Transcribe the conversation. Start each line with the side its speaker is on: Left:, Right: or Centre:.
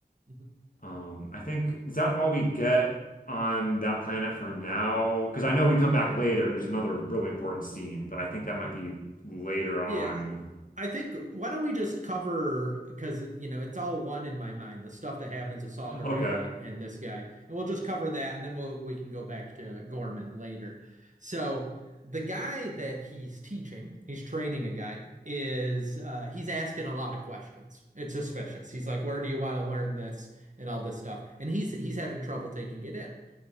Right: Mhm.
Left: Um, I think is that all we get on that planet for now? Because I know we come back later and there's another really important scene, but I think that might be later on.
Right: Yeah. I think why don't we just cover because you know it's all one in my mind the stuff that happens with Saul Guerrera
Left: Okay.
Right: and this guy and we'll just cover that and then we'll we can go back to Gorman later. So the guy that he's teaching, he's training a guy is uh, he's asking a lot of questions. It's suspicious. He's like, "Where do you want to learn this?" and all this stuff, and he's he's having trouble taking it in.